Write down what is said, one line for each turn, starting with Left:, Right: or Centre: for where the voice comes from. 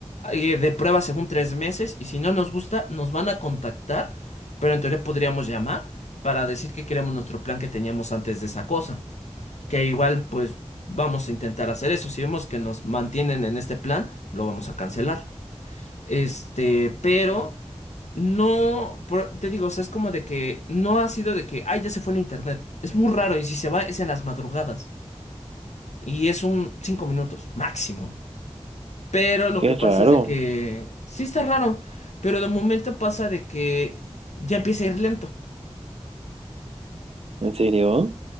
Left: eh, de prueba según tres meses y si no nos gusta, nos van a contactar, pero en teoría podríamos llamar para decir que queremos nuestro plan que teníamos antes de esa cosa. que igual pues vamos a intentar hacer eso. Si vemos que nos mantienen en este plan, lo vamos a cancelar. Este, pero no, por- te digo, o sea, es como de que no ha sido de que, ay, ya se fue el internet. Es muy raro y si se va es en las madrugadas y es un cinco minutos máximo. Pero lo
Right: Qué
Left: que pasa
Right: raro,
Left: es de que sí está raro, pero de momento pasa de que ya empieza a ir lento.
Right: ¿en serio?